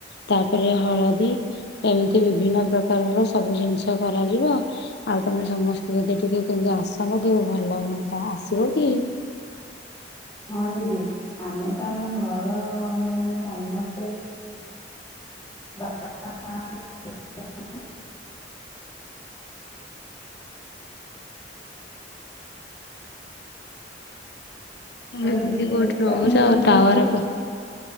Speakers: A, on the left; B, on the left.
A: ତାପରେ ହଳଦୀ ଏମିତି ବିଭିନ୍ନ ପ୍ରକାରର ସବୁ ଜିନିଷ କରାଯିବ। ଆଉ ତମେ ସମସ୍ତେ ଯଦି ଟିକେ କେମତି ଆସନ୍ତ ଟିକେ ଭଲ ହୁଅନ୍ତା ଆସିବ କି?
B: ହଁ ଦିଦି ଆମେ ତ ଆମ ଘର ମାନେ ସମସ୍ତେ <inaudible>
A: ଦିଦି
B: ଆଡେ
A: କୋଉଠି ରହୁଛ
B: ପ୍ରଥମେ ଆମେ
A: ଟାୱାର
B: ଦେଖିଛେ